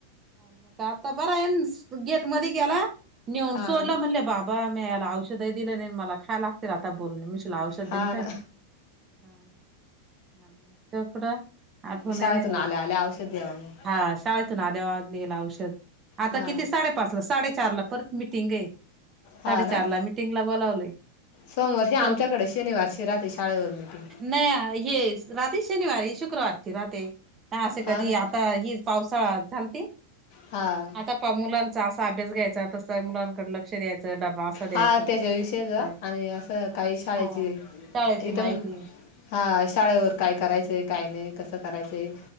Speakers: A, on the right; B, on the left.
A: मग आता बर आहेन गेट मध्ये गेला. नेऊन
B: हा
A: सोडलं
B: ना
A: म्हणले बाबा मी याला औषधही दिलं नाही मला खाय लागतील आता बोलन म्हशील औषध
B: हा
A: दिलथ
B: ना
A: काय. हा नमककुड. आठवण
B: शाळेतून
A: नाही राहिली.
B: आल्या आल्या औषध द्यावा मग
A: आज शाळेतून आल्यावर देईन औषध आता
B: हा
A: किती साडेपाच ला साडेचार ला परत मिटिंग आहे.
B: हा
A: साडेचार
B: ना
A: ला मीटिंग ला बोलावले.
B: सोमवारशी आमच्याकडे
A: चौथी.
B: शनिवारशी राहते शाळेवर मिटिंग.
A: नाही हे राहते शनिवारी शुक्रवारची राहते असे
B: हा
A: कधी
B: ना
A: आप आता ही पावसाळा झाल ती.
B: हाअ्ं
A: आता मुलांचा असाअभ्यास घ्यायचा तसं मुलांकडे लक्ष द्यायचं डबा द्यायचा
B: हा त्यांच्याविषयच
A: तसा द्यायचा.
B: आणि असं काही शाळेची
A: हा शाळेची
B: इथं
A: माहिती
B: हा शाळेवर काय करायचंय काय नाही कसं करायचंय.